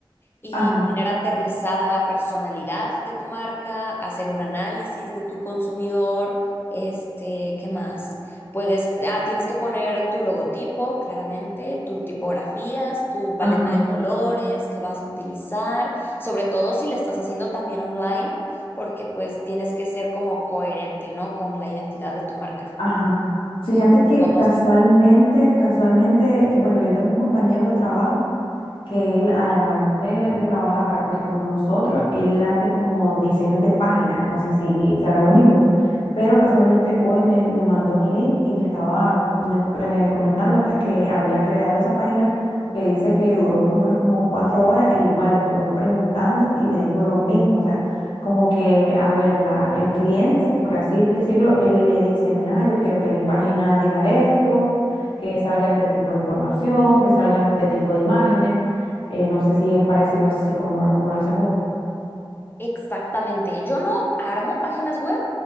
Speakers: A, on the left; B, on the left.
A: y
B: ajá,
A: tener aterrizada la personalidad de tu marca, hacer un análisis de tu consumidor, este, ¿qué más? Puedes, ah, tienes que poner tu logotipo, claramente, tus tipografías, tu paleta
B: ajá,
A: de colores que vas a utilizar, sobre todo si la estás haciendo también online, porque pues tienes que ser como coherente, ¿no? Con la identidad de tu marca.
B: Ajá. Fíjate que
A: No dos
B: casualmente, casualmente, eh, bueno, yo tengo un compañero de trabajo que él, además de, de trabajar pues con nosotros, él hace como diseños de páginas, no sé si será lo mismo, pero casualmente hoy me, me mandó un link y me estaba comen- eh, comentando pues que había creado esa página que dice que duró más o menos como cuatro horas e igual le estuve preguntando y me dijo lo mismo, o sea, como que, a ver, la, el cliente, por así decirlo, él le dice, mira, yo quiero que mi página diga esto, que salga este tipo de información, que salgan este tipo de imágenes, eh, no sé si es parecido así como, como lo haces vos.
A: Exactamente. Yo no armo páginas web,